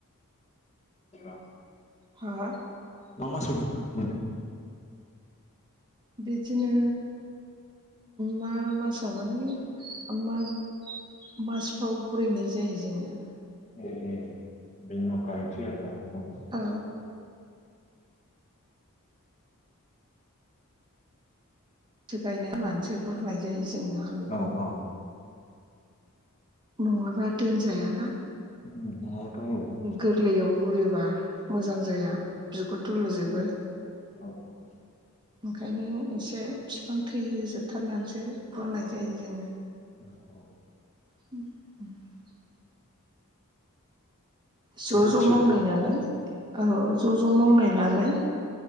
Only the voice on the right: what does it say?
हा?
बिदिनो मा मासाव माने माग मासफ्राव बुरैनाय जायो जोङो।
औ थो गायना लानोसो बुरनाय जायो जोङो आलुखौ।
नङाबा दोनजायाना
गोरलैयाव बुरिबा मोजां जाया बिगुर थुलुजोबो।
ओंखायनो एसे बिफां थैहोजोबथारनानैसो बुरनाय जायो जोङो।
<inaudible> ज' ज'
मावनाय नालाय औ ज' ज' मावनाय नलाय